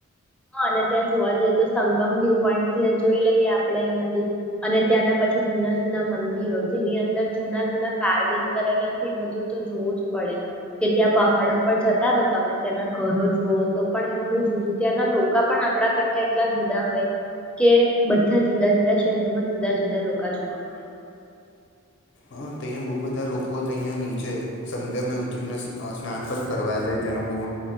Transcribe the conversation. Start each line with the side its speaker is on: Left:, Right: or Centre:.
Centre: હા અને ત્યાં જોવા જઈએ તો સંગમ વ્યુ પોઈન્ટ થી જોઈ લઈએ આપણે નદી અને ત્યાંના પછી જુના જૂના મંદિરો જેની અંદર જૂના જૂના કાર્વિંગ કરેલા છે બધું તો જોવું જ પડે કે ત્યાં પહાડો પર જતા રહો તમે ત્યાંના ઘરો જુઓ તો પણ એટલું જુદું ત્યાં ના લોકા પણ આપણા કરતા એટલા જુદા હોય કે બધા જુદા જુદા શહેરમાં જુદા જુદા લોકા જોવા મળ્યા.
Left: હા તો અહીંયા બહુ બધા લોકો અહીંયા નીચે સંગમે ઉતરીને સ્નાન પણ કરવા જાય તેનો બહુ